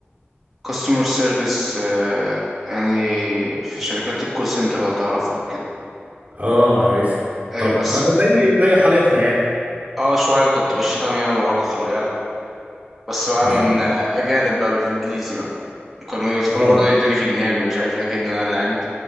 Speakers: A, in the centre; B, on the right.
A: كاستمر سيرفيس يعني في شركات الكول سنتر لو تعرفها وكده
B: اه عارفها
A: آه،
B: طبعا
A: بس
B: ما زي زي حالتنا يعني
A: اه شويه كنت بشتم ياما برضو خلي بالك بس بقى
B: ده
A: من
B: اكيد
A: آه، اجانب بقى بالانجليزي بقى كانوا يدخلوا
B: اه
A: برضو يدوني في جنابي مش عارف ايه كده انا اللي عامل